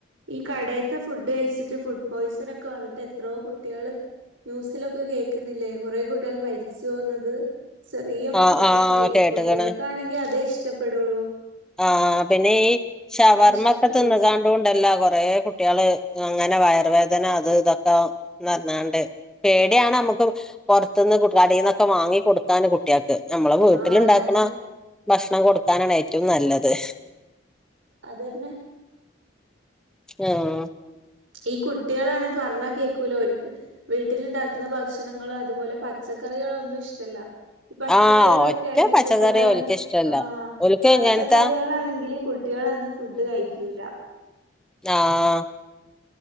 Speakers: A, on the right; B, in the centre.
A: ഈ കടയത്തെ ഫുഡ് കഴിച്ചിട്ട് ഫു പോയിസൺ ഒക്കെ വന്നിട്ട് എത്രയോ കുട്ടികൾ ന്യൂസിലൊക്കെ കേൾക്കുന്നില്ലേ കുറെേ കൂട്ടികൾ മരിച്ചുോന്നത് ചെറിയ മക്കൾക്കൊക്കെ
B: ആഹ് ആഹ് കേട്ട്ക്ക്ണ്
A: കുട്ടികൾക്കാണെങ്കിൽ അതേ ഇഷ്ടപ്പെെള്ളു
B: ആഹ പിന്നെ ഈ ഷവർമൊക്കെ
A: ഇഷ്ടപ്പെടൂല
B: തിന്നുകാണ്ടുകൊണ്ടല്ല കൊറേ കുട്ടികള് അങ്ങനെ വയറ വേദന അത് ഇതൊക്കെ നിന്നണ്ട് പേടിയാണ് നമുക്ക് പുറത്തന്ന് കടയി നിന്നൊക്കെ വാിടുക്കാണ് കുട്ടികൾക്ക് നമ്മളെ വീട്ടിലുണ്ടാക്കണ
A: ആഹ് അതന്നെ
B: ഭക്ഷണം കൊടുക്കാനാണ് ഏറ്റവും നല്ലത്
A: അതന്നെ
B: ആഹ
A: ഈ കുട്ടികളാണ പറഞ്ഞാ കേ ല അവർക്ക് വീട്ടിലുണ്ടാക്കുന്ന ഭക്ഷണങ്ങ അതുപോലെ പച്ചക്കറികള ഒന്നും ഇഷ്ടല്ല ഇ പച്ചക്കറികളൊക്കെ
B: ആഹ് ഒറ്റ
A: ആണെങ്കിൽ
B: പച്ചക്കറി
A: കുട്ടികൾ അന്ന്
B: ഓൽക്ക് ഇഷ്ടല്ല
A: ആ
B: ഓൽക്ക്
A: പച്ചക്കറികളാണെങ്കിൽ
B: എങ്ങനത്തെ
A: കുട്ടികൾ ന്ന് ഫുഡ് കഴിക്കൂല
B: ആഹ